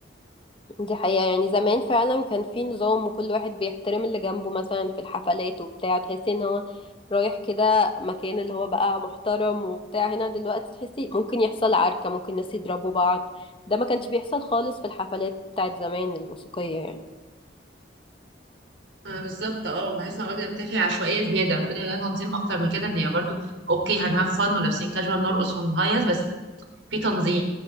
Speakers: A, on the left (about 30°); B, on the right (about 80°).
A: دي حقيقة. يعني زمان فعلا كان في نظام وكل واحد بيحترم اللي جنبه مثلا في الحفلات وبتاع تحسي ان هو رايح كده مكان اللي هو بقى محترم وبتاع هنا دلوقتي تحسي ممكن يحصل عركة ممكن ناس يضربوا بعض ده ما كانش بيحصل خالص في الحفلات بتاعت زمان الموسيقية يعني
B: آه بالظبط اه بحس ان الوجبه بتاعي عشوائيه زياده فدي لها تنظيم اكتر من كده ان هي برضو اوكي هنهاف فن ولابسين كاجوال نرقص ونهيص بس في تنظيم